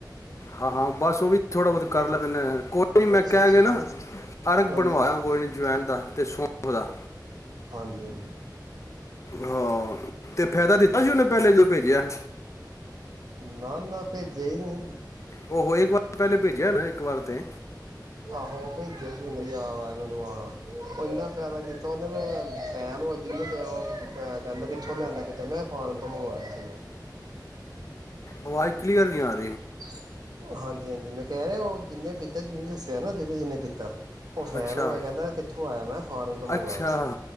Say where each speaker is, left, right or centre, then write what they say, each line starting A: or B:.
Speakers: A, on the left; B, on the right.
A: ਹਾਂ ਹਾਂ ਬਸ ਉਹ ਵੀ ਥੋੜੇ ਬਹੁਤੇ ਕਰ ਲੈਂਦੇ ਨੇ। ਕੋਈ ਨੀ ਮੈਂ
B: ਅੱਛਾ
A: ਕਹਿ
B: ਅੱਛਾ
A: ਕੇ ਨਾ
B: ਹਾਂਜੀ
A: ਅਰਕ
B: ਹਾਂਜੀ
A: ਬਣਵਾਇਆ ਕੋਈ ਜਵੈਣ ਦਾ ਸ਼ੋਫ ਦਾ।
B: ਹਾਂਜੀ ਹਾਂਜੀ
A: ਹਾਂ ਤੇ ਫਾਇਦਾ ਦਿੱਤਾ ਸੀ ਉਹਨੇ ਪਹਿਲੇ ਭੇਜਿਆ
B: ਨਾ-ਨਾ। ਭੇਜੇ ਹੀ ਨਹੀਂ।
A: ਉਹ ਹੋ ਇੱਕ ਵਾਰ ਪਹਿਲੇ ਭੇਜਿਆ ਨਾ ਇੱਕ ਵਾਰ ਤੇ
B: ਆਹੋ ਭੇਜਿਆ ਸੀ ਯਾਦ ਆਇਆ ਮੈਨੂੰ ਆਹ ਇਨਾ ਫਾਇਦਾ ਕੀਤਾ ਨਾ ਮੈਂ ਫੈਨ ਹੋ ਚੱਲਿਆ। ਕਹਿੰਦਾ ਕਿਥੋਂ ਲਿਆਂਦਾ ਕਿਥ ਮੈਂ ਫੋਰਨ ਤੋਂ ਮੰਗਵਾਇਆ ਸੀ।
A: ਆਵਾਜ਼ ਕਲੀਅਰ ਨਹੀਂ ਆ ਰਹੀ।
B: <unintelligible> ਹਾਂਜੀ ਹਾਂਜੀ ਮੈਂ ਕਹਿ ਰਿਹਾ ਉਹ ਜਿੰਨੇ ਪੀਤਾ ਜਿਹਨੂੰ ਦੱਸਿਆ ਨਾ ਜਿੰਨੇ ਜਿੰਨੇ ਪੀਤਾ ਉਹ ਫੈਨ
A: ਅੱਛਾ
B: ਹੋ ਗਿਆ ਕਹਿੰਦਾ ਕਿੱਥੋਂ ਆਇਆ ਮੈਂ ਫੋਰਨ ਤੋਂ ਮੰਗਵਾਇਆ
A: ਅੱਛਾ
B: ਸੀ